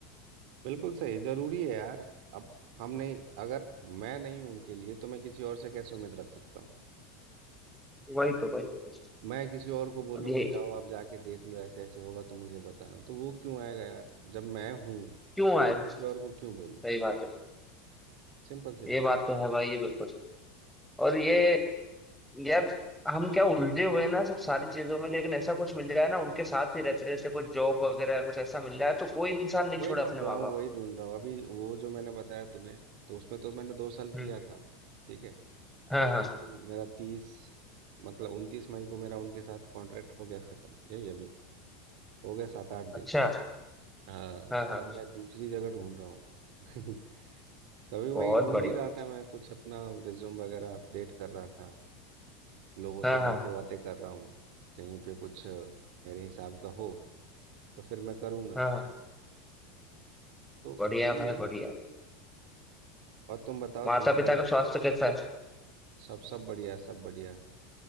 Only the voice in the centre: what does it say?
वही तो वही तो वही तो।
अब ये
क्यों
आए
सही
बात है
ये
बात तो है भाई ये बिल्कुल और ये यार हम क्या उलझे हुए हैं ना सब सारी चीजों में लेकिन ऐसा कुछ मिल जाए ना उनके साथ ही रहते रहते कोई जॉब वगैरह कुछ ऐसा मिल जाए तो कोई इंसान नहीं
छोड़े
अपने
माँ
बाप
हम्म
हाँ
हाँ
अच्छा
हाँ
हाँ हाँ।
बहुत
बढ़िया
बहुत
हाँ
हाँ
हाँ हाँ
बढ़िया
भाई
बढ़िया
माता
पिता का
स्वास्थ्य कैसा है